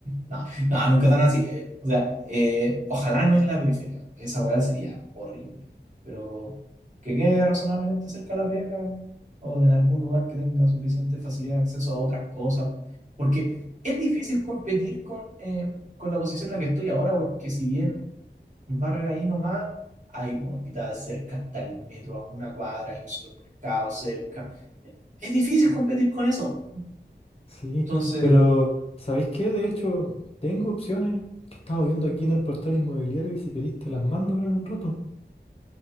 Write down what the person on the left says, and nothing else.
Sí,
pero ¿sabéis qué? De hecho, tengo opciones que estaba viendo aquí en el portal inmobiliario y si queréis te las mando ahora en un rato.